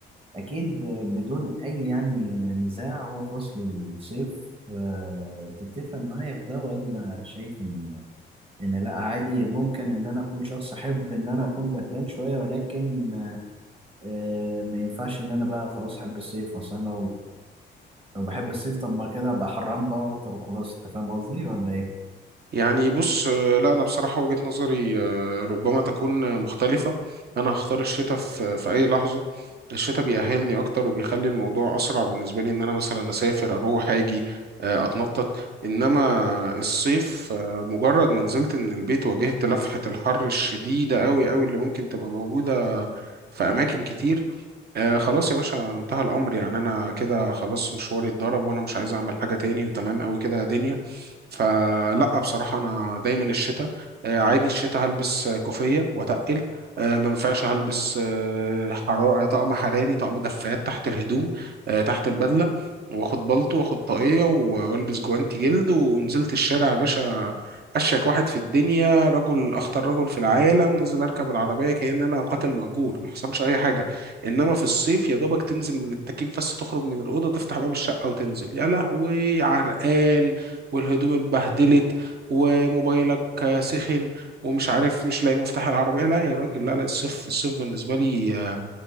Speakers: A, on the right; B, on the right.
A: اكيد بدون اي يعني نزاع هو فصل الصيف آه، تتفق معايا في ده ولا شايف ان ان لا عادي ممكن ان انا اكون شخص احب ان انا اكون بردان شويه ولكن آه، ما ينفعش ان انا بقى خلاص احب الصيف اصلا لو بحب الصيف طب ما كده ابقى حران بقى اكتر وخلاص انت فاهم قصدي ولا ايه
B: يعني بص آه، لا انا بصراحه وجهه نظري آه، ربما تكون آه، مختلفه انا هختار الشتاء في في اي لحظه الشتاء بيأهلني اكتر وبيخلي الموضوع اسرع بالنسبه لي ان انا مثلا اسافر اروح اجي آه، اتنطط انما الصيف آه، مجرد ما نزلت من البيت واجهت لفحه الحر الشديده قوي قوي اللي ممكن تبقى موجوده في اماكن كتير آه خلاص يا باشا انتهى الأمر يعني أنا كده خلاص مشواري اتضرب وأنا مش عايز أعمل حاجة تاني وتمام أوي كده يا دنيا فلا بصراحة أنا دايما الشتاء آه عادي الشتاء هلبس آه، كوفية وأتقل آه ما ينفعش هلبس آه حرارة طقم حراري طقم دفايات تحت الهدوم آه تحت البدلة واخد بلطو واخد طاقية و- والبس جوانتي جلد ونزلت الشارع يا باشا أشيك واحد في الدنيا رجل أخطر رجل في العالم نزل أركب العربية كأن أنا قاتل مأجور ما حصلش أي حاجة انما في الصيف يا دوبك تنزل من التكييف بس تخرج من الاوضه تفتح باب الشقه وتنزل يا لهوي عرقان والهدوم اتبهدلت وموبايلك آه، سخن ومش عارف مش لاقي مفتاح العربيه لا يا راجل لا لا الصيف الصيف بالنسبه لي آه،